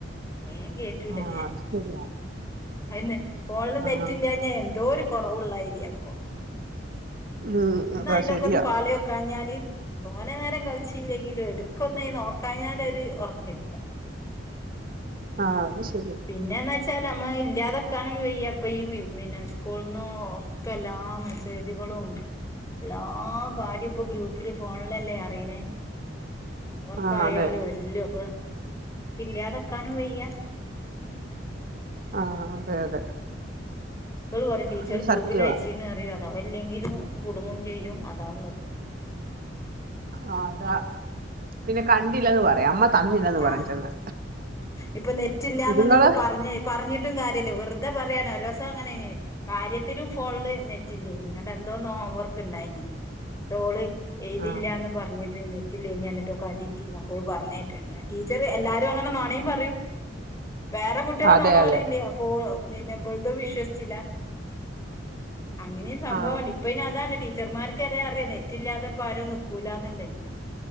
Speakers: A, on the left; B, on the right.
A: ഏ കേറ്റൂലേ
B: ആഹ് അത് ശരിയാ
A: ഐന്നെ ഫോണില്
B: ആഹ്
A: നെറ്റ് ഇല്ലഞ്ഞാ എന്തോരു കുറവുള്ളായിരിയ അപ്പൊ
B: ഉം
A: ഒന്നഅതിലൊക്കെ
B: അതാ ശരിയാ
A: ഒന്ന് പാല് വക്കാഞ്ഞാല് തോനെ നേരം കളിച്ചില്ലെങ്കിലും എടുക്കൊന്നായി നോക്കാഞ്ഞാലൊരു ഒ റക്കരില്ല
B: ആ അത്ശ്
A: പിന്നെന്ന് വെച്ചാനമ്മ ഇല്ലാതെ കാന വെയ്യപ്പ ഈ പിന്നെ സ്കൂളന്ന് ഒക്കെ എല്ലാ മെസ്സേജുകളും എല്ലാ കാര്യ ഇപ്പൊ ഗ്രൂപ്പില് ഫോണിലല്ലേ അറിയനേ ഇ ഹോവർക്കായാലും
B: ആഹ് അതെ
A: എല്ലാം അപ്പൊ നമുക്ക് ഇല്ലാതെ വയ്ക്കാനും വയ്യാ.
B: ആ അതെ അതെ
A: മ ക്കളെ പറയും ടീച്ചർ
B: അത്
A: ഗ്രൂപ്പില്
B: സത്യവാ
A: അയച്ചീന് അറിയാൻ. അതല്ലെങ്കിലും കുടുങ്ങം ചെയ്യും അതാ ഉള്ള.
B: ആ അതാ പിന്നെ കണ്ടില്ലയെന്ന് പറയാം അമ്മ. തന്നില്ലന്ന്
A: ആ
B: പറയും ചെന്ന്
A: ഇപ്പൊ നെറ്റില്ല എന്നൊന്നും
B: ഇതുങ്ങള്
A: ഇപ്പോ പറഞ്ഞേ പറഞ്ഞിട്ട്. ട്ടും കാര്യയല്ല വെറുതെ പറയാണ്, അവര് പക്ഷേ അങ്ങനെയാണ് കാര്യത്തിലും ഫോണില് നെറ്റില്ലേന്ന് നിങ്ങടെ എന്തോന്ന് ഹോംവർക്ക് ഉണ്ടായിന്ന് എന്നിട്ട് ഓള്. എഴുതില്ലന്ന്
B: ആഹ്
A: പറഞ്ഞിട്ട്. ഇതിൽ നെറ്റ് ഇല്ലാഞ്ഞിട്ട് <unintelligible> ഒക്കെ അവള് പറഞ്ഞിട്ടോ. ടീച്ചർ എല്ലാരും അങ്ങനെ നുണയും പറയും. വേറെ കുട്ടികളെ
B: അതെ
A: നുണ
B: അതെ
A: പറയണ്ട അപ്പൊ ഓളും. നിന്നെ പോലെത്തെ വിശ്വസിച്ചില്ല. അങ്ങനെയും സംഭവമാണ്
B: ആഹ്
A: ഇപ്പ ഇനി അതാണ്. ടീച്ചർമാർക്ക് അറിയാ അറിയാം നെറ്റ് ഇല്ലാതിപ്പോ ആരും നിക്കൂലന്നുള്ളൂ.